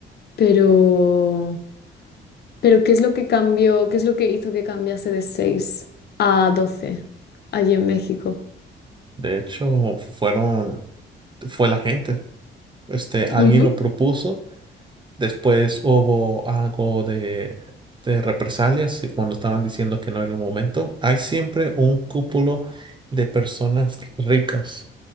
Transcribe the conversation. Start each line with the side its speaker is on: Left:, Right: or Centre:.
Left: pero... Pero ¿qué es lo que cambió? ¿Qué es lo que hizo que cambiase de seis a doce allí en México?
Right: De hecho, fueron, fue la gente. Este, alguien
Left: Ujú.
Right: lo propuso. Después hubo algo de, de represalias y cuando estaban diciendo que no era el momento. Hay siempre un cúpulo de personas ricas